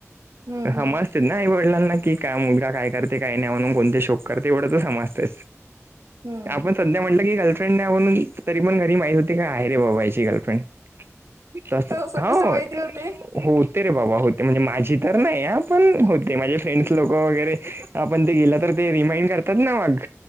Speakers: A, on the right; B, on the right.
A: हम्म
B: सजते
A: हम्म
B: नाही वडलांना की काय मुलगा काय करते काही नाही म्हणून कोणते शोक करते एवढं तर समजते
A: हम्म.
B: आपण सध्या म्हटलं की गर्लफ्रेंड नाही म्हणून तरी पण घरी माहित होती की आहे रे बाबा याची गर्लफ्रेंड तस
A: असं
B: हो
A: कसं माहिती होते
B: होते रे बाबा होते म्हणजे माझी तर नाही ह पण होते माझे फ्रेंड्स लोक वगैरे आपण ते गेलं तर ते रिमाइंड करतात ना मग